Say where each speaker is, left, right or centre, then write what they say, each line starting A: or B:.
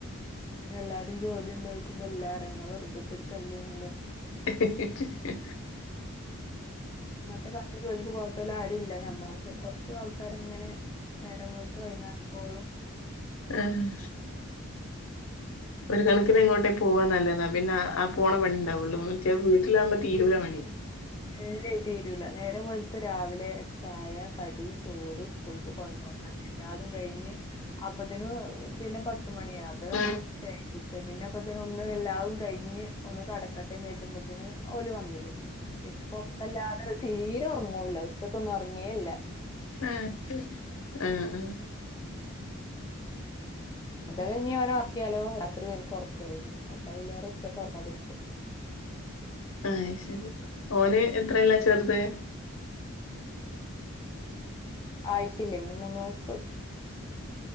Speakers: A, on the left (about 20°); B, on the left (about 70°).
A: ഞ്ഞില്ലാരും ജോലി ണ്ടോയിക്കുമ്പോ ല്ലാറ്യണ്ട വെറ്തത്തെർക്കല്ലേന്നല്ലേ
B: ഹിഹിഹി ഹെ
A: ഇന്നത്തെ കാലത്ത് ജോലിക്ക് പോവത്തോലാരൂല്ല ഞമ്മള റ്റെ കൊറ്ച് ആൾക്കാരങ്ങനെ ന്നേരം വെള്ത്ത് വൈന്നാരാവോളും
B: എഹ് ഒര്കൺക്ക്നങ്ങോട്ടേ പോവാന്നല്ലെന്നാപിന്നെ ആ ആപോണ പണിണ്ടാവുള്ളൂ മറ്റേ വീട്ടിലാവുമ്പോ തീരൂലാപണി
A: ഇല്ലേ തീരൂല ന്നേരം വെള്ത്ത് രാവിലെ ചായ കടി ചോറ് സ്കൂൾക്ക് കൊണ്ടോ അതെല്ലാതും കഴിഞ്ഞ് അപ്പത്തിന് പിന്നെ പത്തുമണിയാ അത്ർൺഉച്ചെ
B: ആഹ്
A: ച്ച പിന്നെ പ്പത്തിനൊന്ന് എല്ലാവും കഴിഞ്ഞ് ഒന്ന് കടക്കട്ടേന്നേര്തുമ്പത്ത്ന് ഓല് വന്നിലെ ഇപ്പൊപ്പല്ലാതെ തീരൊർങ്ങൂല ഉച്ചക്കന്നും ഒർങ്ങേല്ല
B: ആഹ് ആഹ്ആഹ്
A: അതവെ ഞ്ഞി ഓനൊർക്യാലോ രാത്രി ന്ക്ക് ഒറ്ക്കല്അപ്പ അയ്ലാറെ ഉച്ചക്കൊറ്ക്കാതിരിക്കും
B: ആഹ്ശരി ഓന് എത്രേലാ ചെറ്ത്
A: ആയ്ട്ടില്ലെ മൂന്ന് വയസ്സ്